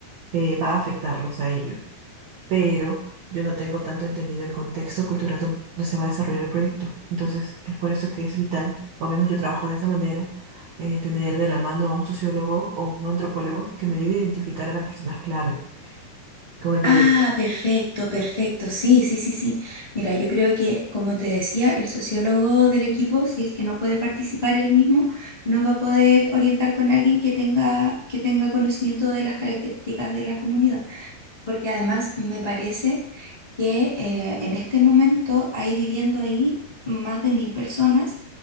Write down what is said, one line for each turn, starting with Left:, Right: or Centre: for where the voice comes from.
Right: eh, va a afectarlos a ellos, pero yo no tengo tanto entendido el contexto cultural don- donde se va a desarrollar el proyecto. Entonces, es por eso que es vital, o al menos yo trabajo de esa manera, eh, tener de la mano a un sociólogo o un antropólogo que me ayude a identificar a las personas clave con el proyecto.
Left: Ah, perfecto, perfecto. Sí, sí, sí, sí. Mira, yo creo que, como te decía, el sociólogo del equipo, si es que no puede participar él mismo, nos va a poder orientar con alguien que tenga, que tenga conocimiento de las características de la comunidad. porque además me parece que eh, en este momento hay viviendo ahí más de mil personas,